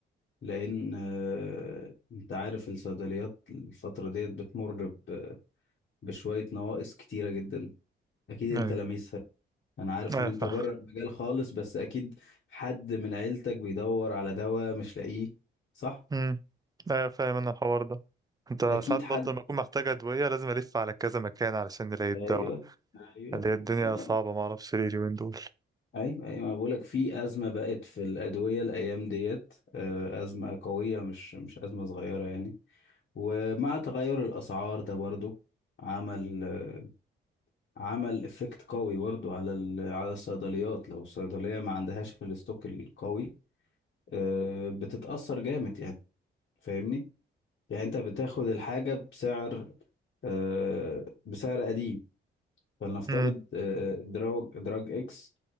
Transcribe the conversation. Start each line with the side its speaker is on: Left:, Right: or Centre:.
Left: لان آه، انت عارف الصيدليات الفترة ديت بتمر ب- بشوية نواقص كتيرة جدا اكيد
Right: ايوه
Left: انت لميسها انا عارف
Right: ايوه
Left: ان انت
Right: فاهم
Left: بره المجال خالص بس اكيد حد من عيلتك بيدور على دواء مش لاقيه صح؟
Right: امم ايوه فاهم انا الحوار ده انت
Left: اكيد
Right: ساعات
Left: حد
Right: برضه لما اكون محتاج ادويه لازم الف على كذا مكان علشان نلاقي الدواء
Left: ايوه ايوه
Right: اللي هي الدنيا
Left: ايوه
Right: صعبه ما اعرفش ليه اليومين دول
Left: ايوه انا بقول لك في ازمه بقت في الادويه الايام ديت آه، ازمه قويه مش مش ازمه صغيره يعني ومع تغير الاسعار ده برضو عمل آه، عمل افكت قوي برضو على ال- على الصيدليات لو الصيدليه ما عندهاش الاستوك القوي آه، بتتاثر جامد يعني فاهمني يعني انت بتاخد الحاجه بسعر آه، بسعر قديم فلنفترض
Right: امم
Left: آه، دراج دراج اكس